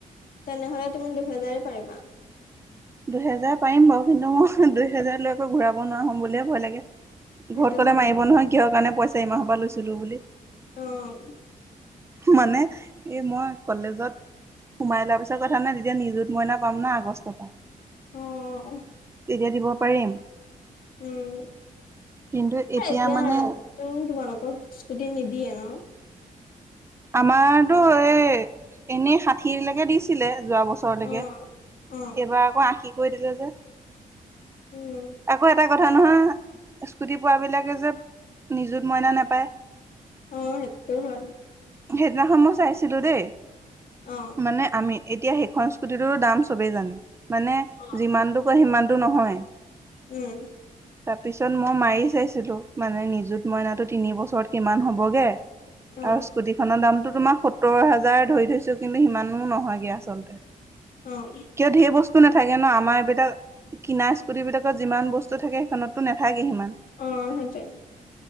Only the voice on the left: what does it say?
তেনেহ'লে তুমি দুহেজাৰে পাৰিবা।
সেইটো
হয়
বাৰু
অ'।
অ'।
উম,
এতিয়া।
তোমালোকক স্কুটি নিদিয়ে ন?
অ অ
উম।
অ', সেইটো হয়।
অ
অ
উম।
অ
অ'।
অ', সেইটোৱেই।